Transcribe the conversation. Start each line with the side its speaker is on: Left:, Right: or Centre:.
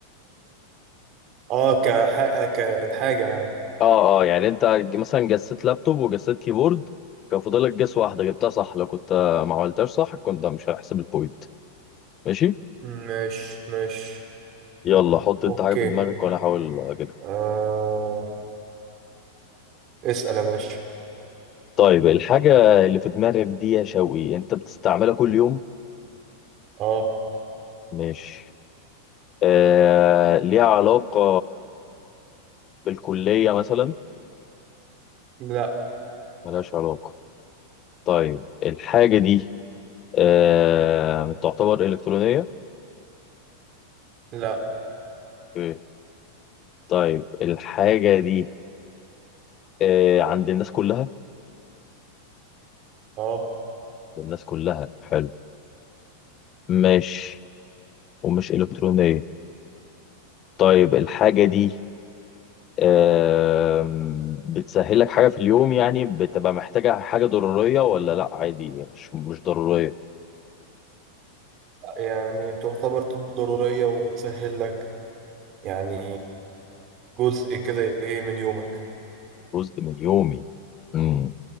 Right: اه كحق كالحاجة يعني
Left: اه اه يعني انت مثلا جسيت لابتوب وجسيت كيبورد كان فاضلك جس واحده جبتها صح لو كنت آه، ما عملتهاش صح كنت مش هحسب البوينت ماشي
Right: مش مش
Left: يلا حط انت
Right: اوكي
Left: حاجة في دماغك وانا احاول اجيبها
Right: آه. اسأل يا باشا
Left: طيب الحاجة اللي في دماغك دي يا شوقي انت بتستعملها كل يوم
Right: اه
Left: ماشي آه... ليها علاقة بالكلية مثلا
Right: لا
Left: ملهاش علاقة طيب الحاجة دي آه... تعتبر إلكترونية
Right: لا
Left: ايه طيب الحاجة دي آه... عند الناس كلها عند
Right: اه
Left: الناس كلها حلو ماشي ومش إلكترونية طيب الحاجة دي آم، بتسهل لك حاجة في اليوم يعني بتبقى محتاجة حاجة ضرورية ولا لا عادي مش مش ضرورية
Right: يعني تعتبر ضرورية وبتسهل لك يعني جزء كده ايه من يومك
Left: جزء من يومي امم